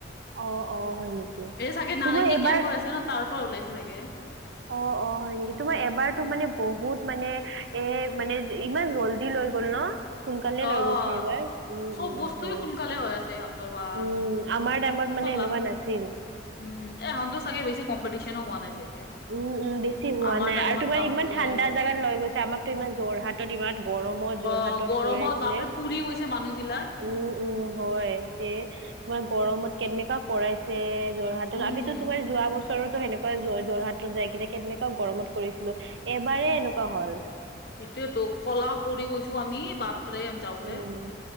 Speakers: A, on the right (about 75°); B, on the left (about 55°).
A: অ', অ', হয় নেকি
B: এই চাগে নাৰেংগী
A: তোমাৰ এবাৰ
B: কেম্প হৈ আছে ন তাৰ পৰা ওলাইছে চাগে।
A: অ' অ' হয় নিকি তোমাৰ এবাৰতো মানে বহুত মানে এ মানে ইমান জল্দি লৈ গল ন সোনকালে
B: অ
A: লৈ গৈছে এইবাৰ উম
B: চব
A: উম
B: বস্তুৱে
A: হয়
B: সোনকালে হৈ আছে ইহঁতৰ বা
A: উম আমাৰ টাইমত
B: ইহঁতৰ
A: মানে সেনেকুৱা
B: লাক
A: নাছিল
B: উম এহতৰ চাগে বেছি কম্পিটিশ্যনো হোৱা নাই চাগে
A: উম উম বেছি হোৱা
B: আমাৰ
A: নাই
B: টাইমত
A: আৰু তোমাৰ
B: বাপৰে
A: ইমান ঠাণ্ডা জাগাত লৈ গৈছে আমাকতো ইমান যোৰহাট টত ইমান গৰমত যোৰহাটত
B: অ গৰমত
A: কৰাইছিলে
B: বাপৰে পুৰি গৈছে মানুহ বিলাক
A: উম উম হয় তে তোমাৰ গৰমত কেনেকা কৰাইছে যোৰহাটত
B: উম
A: আমিতো তোমাৰ যোৱা বছৰতো সেনেকুৱাই যৰ যোৰহাটত যায়কিনে কেনেকা গৰমত কৰিছিলো এবাৰেই এনেকুৱা হল
B: সেটোয়েতো কলা পৰি গৈছো আমি বাপৰে। যাওঁতে
A: উম